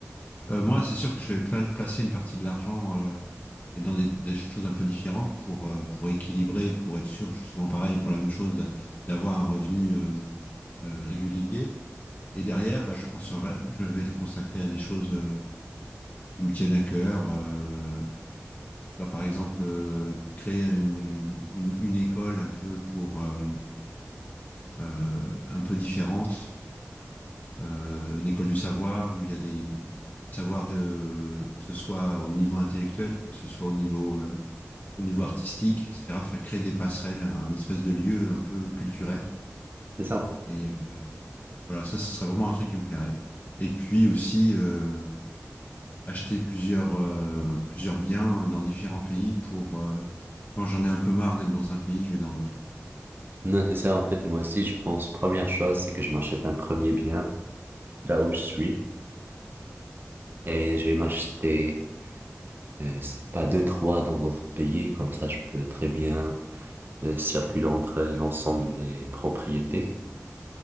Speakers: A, on the left; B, on the right.
A: Euh, moi, c'est sûr que je vais pla- placer une partie de l'argent euh, et dans des, des choses un peu différentes pour euh, pour équilibrer, pour être sûr justement pareil pour la même chose d'a- d'avoir un revenu euh, euh, régulier. Et derrière, bah, je, consacrerai- je vais le consacrer à des choses. euh, qui me tiennent à cœur. Euh, tu vois, par exemple, euh, créer une, une, une école un peu pour euh, euh, un peu différente, euh, une école du savoir où il y a des savoirs de que ce soit au niveau intellectuel, que ce soit au niveau euh, au niveau artistique, etc. Faire créer des passerelles, un espèce de lieu un peu culturel.
B: C'est ça.
A: Et euh, voilà, ça, ce serait vraiment un truc qui me plairait. Et puis aussi, euh, acheter plusieurs, euh, plusieurs biens dans différents pays pour, euh, quand j'en ai un peu marre d'être dans un pays, je vais dans l'autre.
B: Non, c'est ça. En fait, moi aussi, je pense, première chose, c'est que je m'achète un premier bien là où je suis. Et je vais m'acheter, euh, c'est pas deux, trois dans d'autres pays. Comme ça, je peux très bien euh, circuler entre euh, l'ensemble des propriétés.